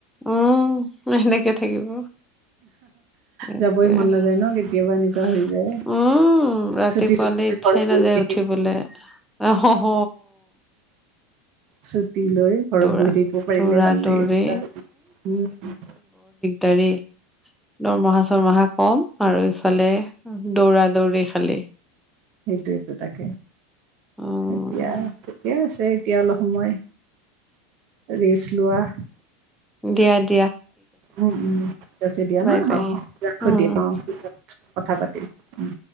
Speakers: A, in the centre; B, on the right.
A: অ', সে-সেনেকে থাকিব। সেইটোৱে
B: যাবই মন
A: উম,
B: নাযায় ন কেতিয়াবা এনেকুৱা হৈ যায়
A: ৰাতিপুৱালে
B: ছুটি তুটি
A: ইচ্ছাই
B: ঘৰত বহি
A: নাযায় উঠিবলে।
B: থাকি
A: অহ', হ, হ।
B: চুদ টিলৈ ঘৰত
A: দৌৰা
B: বহি থাকিব পাৰিলে
A: দৌৰা
B: ভাল লাগে।
A: দৌৰি
B: উম।
A: তাৰি। দৰমহা চৰমাহা কম আৰু ইফালেহ। উম। দৌৰা দৌৰি খালি।
B: সেইটো, সেইটো তাকে।
A: অ
B: এতিয়া ঠিকে আছে। এতিয়া অলপ সময়। ৰেছ লোৱাহ।
A: দিয়াদ
B: উম, উম ঠিক আছে দিয়া
A: বাই
B: ন।
A: বাই
B: অ, ৰাখো
A: উম
B: দিয়া।
A: উম
B: অ, পিছত কথা পাতিম। উম।